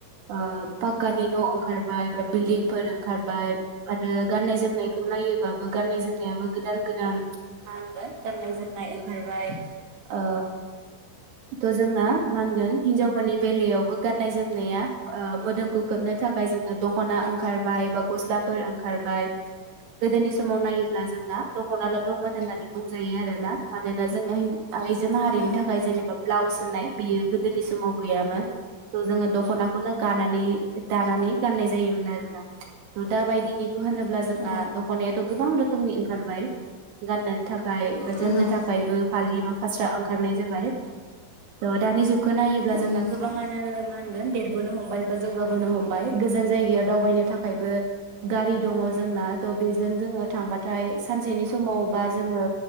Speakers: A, on the right; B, on the left.
A: ओ पाक्कानि न' ओंखारबाय बा बिल्दिं फोर ओंखारबाय आरो गाननाय-जोमनायखौ नायोबाबो गाननाय-जोमनायाबो गोदान गोदान मानगोन गाननाय जोमनाय ओंखारबाय ओ थ' जोंना मानगोन हिनजावफोरनि बेलायावबो गाननाय जोमनाया ओ मोदोमखौ खोबनो थाखाय जोंना दख'ना ओंखार बायबा गस्लाफोर ओंखारबाय। गोदोनि समाव नायोब्ला जों दा दख'नाल' दंमोन होननानै बुंजायो आरोना मानोना जोंनो हिन आइजो माहारिनि
B: औ
A: थाखाय जेनेबा ब्लाउस होननाय बियो गोदोनि समाव गैयामोन थ' जोङो दख'नाखौनो गानानै दानानै गाननाय जायोमोन आरोना दा बायदिनिखौ होनोब्ला जोंना
B: औ
A: दख'नायाथ' गोबां रोखोमनि ओंखारबाय गाननो थाखाय बा जोमनो
B: औ
A: थाखायबो फालि फास्रा ओंखारनाय जाबाय थ' दानि जुग खो नायोब्ला
B: औ
A: जोंना
B: नोंथां
A: गोबाङानो मा होनगोन बे हमबाय बा जौगाबोनो हमबाय गोजान जायगायाव दावबायनो थाख खायबो गारि दङ जोंना थ' बेजों जोङो थांबाथाय सानसेनि समाव बा जोङो